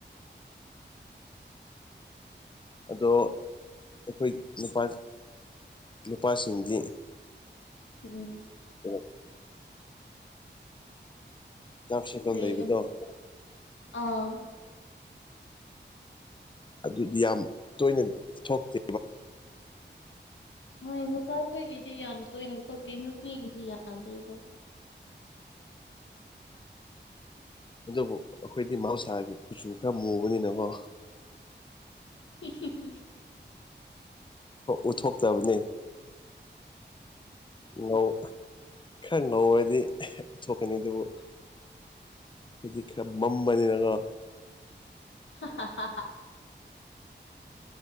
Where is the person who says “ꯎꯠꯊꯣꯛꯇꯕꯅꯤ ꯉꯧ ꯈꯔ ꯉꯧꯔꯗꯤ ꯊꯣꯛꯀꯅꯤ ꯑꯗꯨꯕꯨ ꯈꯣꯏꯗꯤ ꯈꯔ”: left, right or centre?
Left